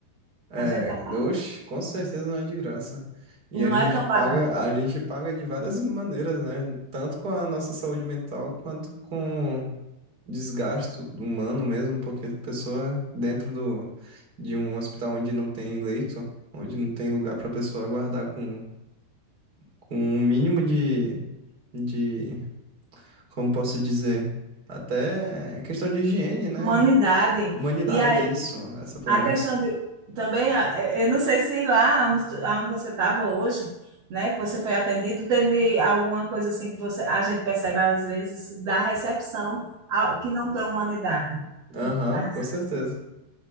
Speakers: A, on the right (about 25°); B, on the right (about 55°).
A: É,
B: A gente tá-
A: oxe, com certeza não é de graça. E
B: não
A: a gente
B: é tão
A: paga,
B: barato.
A: a gente paga de várias maneiras, né? Tanto com a nossa saúde mental quanto com desgasto humano mesmo, porque pessoa dentro do, de um hospital onde não tem leito, onde não tem lugar para pessoa aguardar com, com um mínimo de, de, como posso dizer, até questão de higiene, né?
B: Humanidade.
A: Humanidade,
B: E aí,
A: isso, essa palavra.
B: A questão de também, a- eh, eu não sei se lá onde onde você estava hoje, né, que você foi atendido, teve alguma coisa assim que você, a gente percebe às vezes da recepção ao- que não tem humanidade.
A: Aham,
B: Da rece-
A: com certeza.